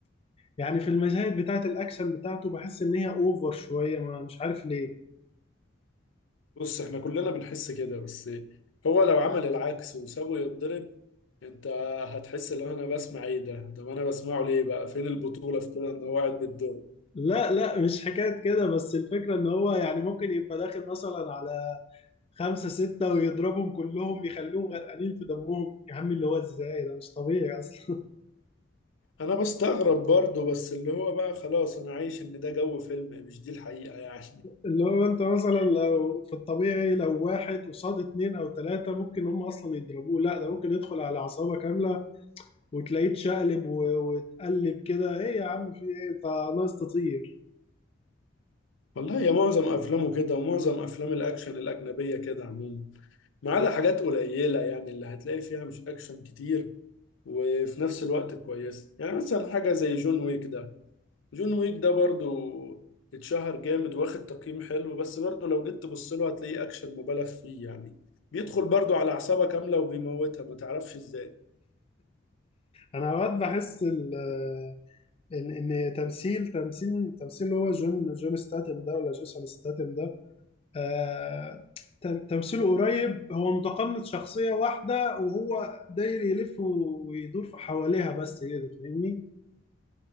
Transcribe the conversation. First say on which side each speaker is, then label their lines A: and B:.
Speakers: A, on the left; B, on the left.
A: يعني في المشاهد بتاعه الاكشن بتاعته بحس ان هي اوفر شويه ما مش عارف ليه
B: بص احنا كلنا بنحس كده بس هو لو عمل العكس وسابه يتضرب انت هتحس ان انا بسمع ايه ده طب انا بسمعه ليه بقى فين البطولة في كده ان هو قاعد بيتضرب
A: لا لا مش حكايه كده بس الفكره ان هو يعني ممكن يبقى داخل مثلا على خمسة ستة ويضربهم كلهم يخليهم غرقانين في دمهم يا عم اللي هو ازاي ده مش طبيعي اصلا
B: انا بستغرب برضو بس اللي هو بقى خلاص انا عايش ان ده جو فيلم مش دي الحقيقة يعني
A: اللي هو انت مثلا لو في الطبيعي لو واحد قصاد اتنين او تلاتة ممكن هم اصلا يضربوه لا ده ممكن يدخل على عصابة كاملة وتلاقيه اتشقلب و- واتقلب كده ايه يا عم في ايه انت ناقص تطير
B: <laughs> والله يا معظم افلامه كده ومعظم افلام الاكشن الاجنبية كده عموما ما عدا حاجات قليلة يعني اللي هتلاقي فيها مش اكشن كتير وفي نفس الوقت كويسة يعني مثلا حاجة زي جون ويك ده جون ويك ده برضو اتشهر جامد واخد تقييم حلو بس برضو لو جيت تبص له هتلاقيه اكشن مبالغ فيه يعني بيدخل برضو على اعصابها كاملة وبيموتها ما تعرفش ازاي
A: انا اوقات بحس ال- آه، ان ان تمثيل تمثيل تمثيل اللي هو جون جون ستاتم ده ولا جيسون ستاتم ده آه تم- تمثيله قريب هو متقمص شخصية واحدة وهو داير يلف ويدور في حواليها بس كده فاهمني